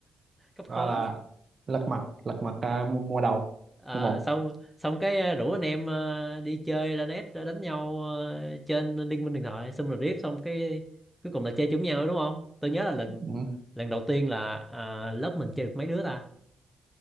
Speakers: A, in the centre; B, on the right (about 40°).
A: <laughs> cấp
B: gọi
A: khối
B: là lật mặt lật mặt à, mùa, mùa đầu
A: Ờ,
B: mùa một
A: xong xong cái ờ, rủ anh em ờ, đi chơi ra net ờ, đánh nhau ờ, trên Liên minh huyền thoại xong rồi riết xong cái cuối cùng là chơi chung nhau đúng không tôi nhớ là lần
B: ừ.
A: lần đầu tiên là à, lớp mình chơi được mấy đứa ta